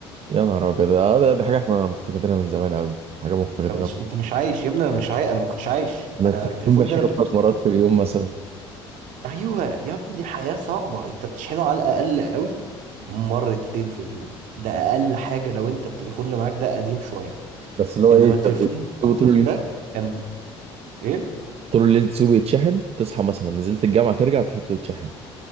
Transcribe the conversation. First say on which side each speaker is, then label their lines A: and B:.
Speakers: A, on the right; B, on the right.
A: يا نهار أبيض آه، ده- دي حاجة احنا مفتقدينها من زمان قوي حاجة مفتقدينها
B: أنت مش أنت مش عايش يا ابني أنا مش عايش أنا ما كنتش عايش
A: أنا
B: أنا
A: التليفون
B: التليفون
A: بشحنه
B: ده لما
A: ثلاث
B: مسكته
A: مرات في اليوم مثلا
B: أيوه يا ابني حياة صعبة أنت بتشحنه على الأقل قوي مرتين في اليوم ده أقل حاجة لو أنت التليفون اللي معاك ده قديم شوية
A: بس اللي هو
B: انما
A: إيه
B: التليفون
A: أنت بتسيبه
B: سامسونج
A: طول اليوم
B: ده كان ايه
A: طول الليل تسيبه يتشحن تصحى مثلا نزلت الجامعة ترجع تحطه يتشحن